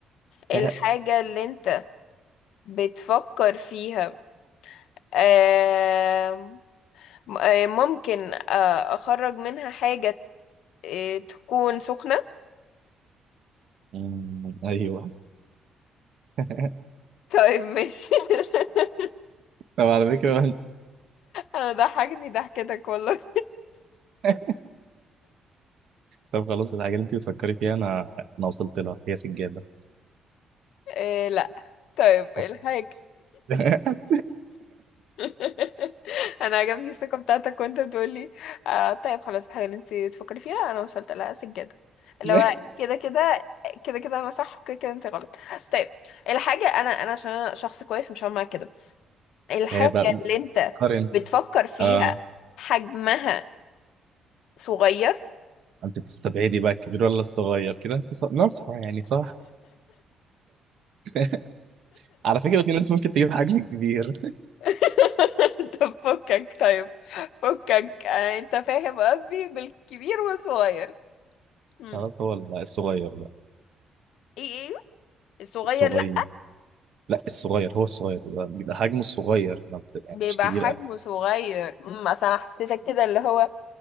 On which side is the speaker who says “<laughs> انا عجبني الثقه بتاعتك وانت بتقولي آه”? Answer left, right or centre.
Left